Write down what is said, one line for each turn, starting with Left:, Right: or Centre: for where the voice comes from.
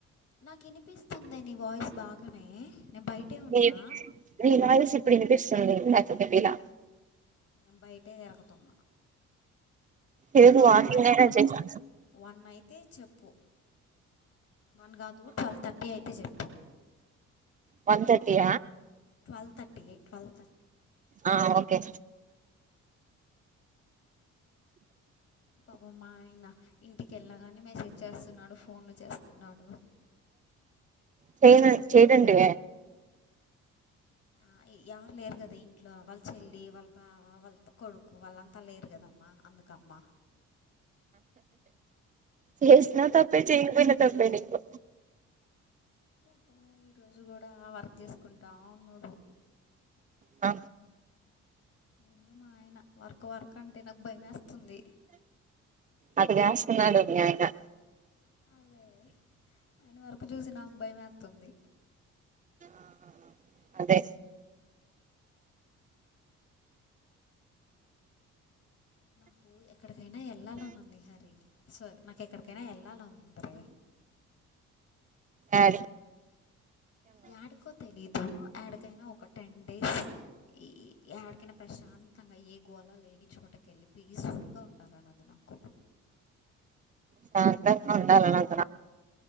Left: నాకు వినిపిస్తుందే నీ వాయిస్ బాగానే నేను బయటే ఉన్నా
Right: లేద్ <unintelligible> వాయిస్ ఇప్పుడు వినిపిస్తుంది నాకు పెట్టి ఇలా
Left: ఎనం బైట ఇరతుంది
Right: లేదు
Left: నాకు
Right: వాకింగ్
Left: టైము
Right: అయినా చేసా
Left: వన్ అయితే చెప్పు వన్ కాదు ట్వెల్వ్ థర్టీ అయితే చెప్పు
Right: వంతయ
Left: ట్వథటీ ఏ ట్వల్
Right: ఆ ఓకే
Left: అమ్మా ఆయన ఇంటికి వెళ్ళినా కానీ మెసేజ్ చేస్తున్నాడు ఫోన్లు చేస్తున్నాడు
Right: చేను చేయదంటే
Left: ఆ ఎవరు లేరు కదా ఇంట్లో వాళ్ళు చెల్లి వాళ్ళ బావ వాళ్ళతో కొడుకు వాళ్ళంతా లేరు కదమ్మా అందుకమ్మ
Right: చేసిన తప్పే చేకపోయినా తప్పే నకు
Left: పాపం ఈరోజు కూడా వర్క్ చేసుకుంటాం అవునుడు
Right: అ
Left: ఏందో మా ఆయన వర్క్ వర్క్ అంటే నాకు భయం వేస్తుంది
Right: అది స్నడు న్యంగా
Left: అదే ఆయిన వరకు చూసి నాకు భయేస్తుంది
Right: ఆ అదే
Left: నాకు ఎక్కడికైనా వెళ్ళాలని ఉంది హరి సారీ నాకుక్కడికైనా వెళ్ళాల ఉంది ర
Right: ఆ
Left: ఎడకో తెలీదు ఎడికైనా ఒక టెన్ డేస్ ఈ ఎడికైనా ప్రశాంతంగా ఏ గోలా లేని చోటక వెెళ్ళి పీస్ఫుల్గా ఉండాలన్నది నాకు
Right: సాంత్రంగాంగా ఉండాలంత